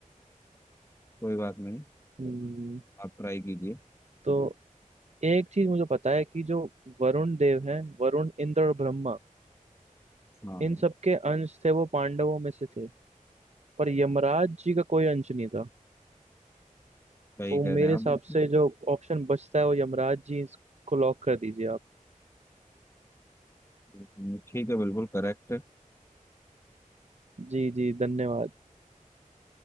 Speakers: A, on the left; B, on the right.
A: कोई बात नहीं
B: हम्म,
A: आप ट्राई कीजिए
B: तो एक चीज मुझे पता है कि जो वरुण देव हैं वरुण इंद्र और ब्रह्मा
A: हाँ
B: इन सबके अंश थे वो पांडवों में से थे पर यमराज जी का कोई अंश नहीं था
A: सही
B: तो
A: कह
B: मेरे
A: रहे हैं
B: हिसाब
A: आप बिल्कुल
B: से जो ऑप्शन बचता है वो यमराज जी इसको लॉक कर दीजिए आप
A: हम्म, ठीक है बिल्कुल करेक्ट है
B: जी जी धन्यवाद